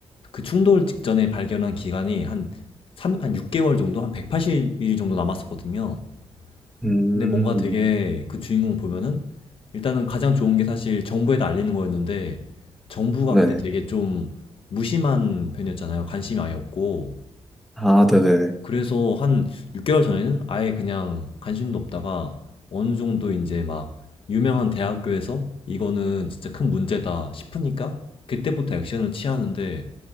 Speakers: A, on the left; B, in the centre.
A: 그 충돌 직전에 발견한 기간이 한 3, 한 6개월 정도? 한 180일 정도 남았었거든요.
B: 음,
A: 근데 뭔가 되게 그 주인공 보면은 일단은 가장 좋은 게 사실 정부에다 알리는 거였는데 정부가
B: 네.
A: 그때 되게 좀 무심한 편이었잖아요. 관심이 아예 없고.
B: 아, 네네.
A: 그래서 한 6개월 전에는 아예 그냥 관심도 없다가 어느 정도 이제 막 유명한 대학교에서 이거는 진짜 큰 문제다 싶으니까 그때부터 액션을 취하는데